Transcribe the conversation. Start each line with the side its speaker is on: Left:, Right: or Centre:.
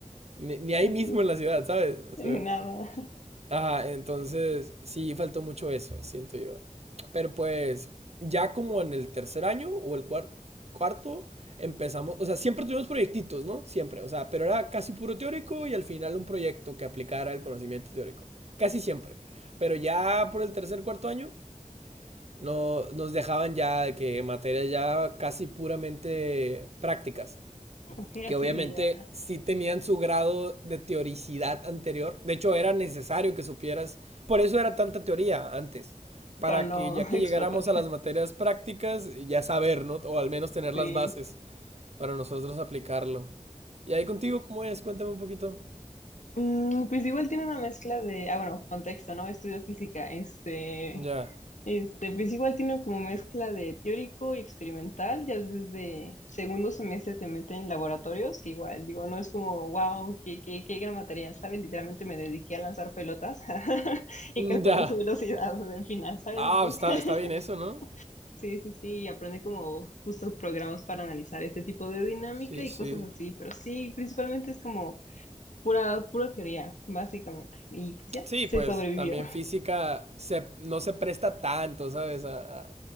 Right: ni, ni ahí
Left: Así,
Right: mismo en la ciudad, ¿sabes? O
Left: nada.
Right: sea, Ajá, entonces sí faltó mucho eso, siento yo. Pero pues ya como en el tercer año o el cuar- cuarto empezamos, o sea, siempre tuvimos proyectitos, ¿no? Siempre, o sea, pero era casi puro teórico y al final un proyecto que aplicara el conocimiento teórico, casi siempre. Pero ya por el tercer, cuarto año no, nos dejaban ya de que materias ya casi puramente prácticas
Left: Ok,
Right: que
Left: así
Right: obviamente
Left: de ya,
Right: sí tenían su grado de teoricidad anterior. De hecho, era necesario que supieras. Por eso era tanta teoría antes. Para
Left: para no
Right: que ya
Left: <laughs>
Right: que
Left: explotar.
Right: llegáramos a las materias prácticas, ya saber, ¿no? O al menos tener
Left: Sí.
Right: las bases para nosotros aplicarlo. ¿Y ahí contigo cómo es? Cuéntame un poquito.
Left: Mm, pues igual tiene una mezcla de, ah, bueno, contexto, ¿no? Estudio física, este,
Right: Ya.
Left: este, pues igual tiene como mezcla de teórico y experimental, ya desde segundo semestre te meten en laboratorios, que igual, digo, no es como, wow, qué, qué, qué gran material, ¿sabes? Literalmente me dediqué a lanzar pelotas <laughs> y
Right: Mm,
Left: calcular
Right: Ya.
Left: su velocidad del final, ¿sabes?
Right: Ah,
Left: Entonces,
Right: está, está bien eso, ¿no?
Left: <laughs> sí, sí, sí, y aprende como justos programas para analizar ese tipo de dinámica
Right: Sí,
Left: y
Right: sí.
Left: cosas así, pero sí, principalmente es como Pura, pura teoría, básicamente. Y pues ya,
Right: Sí,
Left: se
Right: pues
Left: sobrevivió.
Right: también física se, no se presta tanto, ¿sabes? A, a-